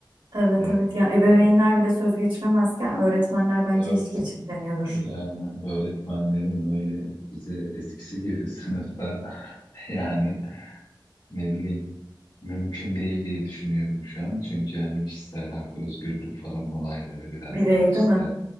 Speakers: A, on the right; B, on the left.
A: Evet
B: E,
A: evet ya ebeveynler bile söz geçiremezken öğretmenler bence
B: evet,
A: hiç geçiremiyordur.
B: Yani öğretmenlerin öyle bize eskisi gibi <laughs> sınıfta yani ne bileyim mümkün değil diye düşünüyorum şu an. Çünkü yani kişisel hak, özgürlük falan olayları biraz
A: Birey
B: daha işte
A: değil mi?